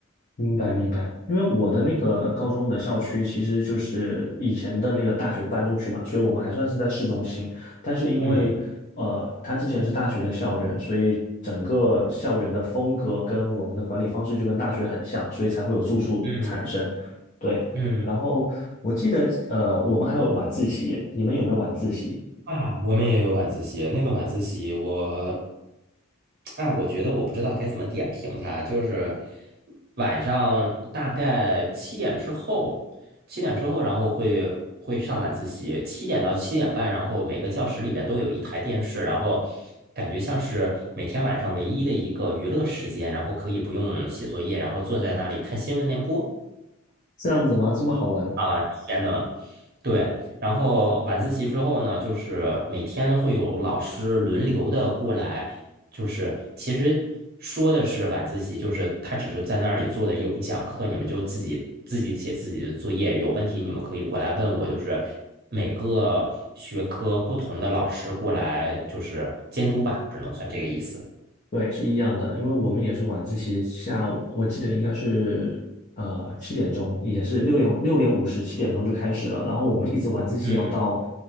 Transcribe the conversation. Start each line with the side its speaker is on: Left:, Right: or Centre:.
Left: 明白明白，因为我的那个高中的校区其实就是以前的那个大学搬出去嘛，所以我们还算是在市中心。但是因为呃，
Right: 嗯
Left: 它之前是大学的校园，所以整个校园的风格跟我们的管理方式就跟大学很像，所以才会有住宿产生。
Right: 嗯
Left: 对，
Right: 嗯
Left: 然后我记得呃，我们还有晚自习耶，你们有没有晚自习？
Right: 啊，我们也有晚自习。那个晚自习我，哎，我觉得我不知道该怎么点评它。就是晚上大概七点之后，七点之后，然后会会上晚自习，七点到七点半，然后每个教室里边都有一台电视，然后感觉像是每天晚上唯一的一个娱乐时间，然后可以不用写作业，然后坐在那里看新闻联播。
Left: 这样子吗？这么好玩？
Right: 啊，天呐，对，然后晚自习之后呢，就是每天会有老师轮流的过来，就是其实说的是晚自习，就是他只是在那里做的又不讲课，你们就自己自己写自己的作业，有问题你们可以过来问我，就是每个学科不同的老师过来就是监督吧，只能算这个意思。
Left: 对，是一样的，因为我们也是晚自习，下午我记得应该是呃七点钟，也是六点六点五十七点钟就开始了，然后我们一直晚自习要到
Right: 嗯，